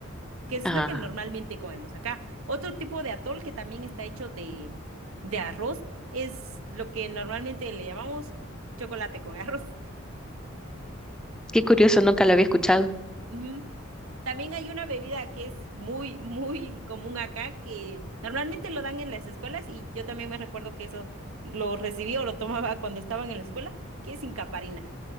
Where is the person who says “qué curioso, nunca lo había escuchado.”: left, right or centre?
Centre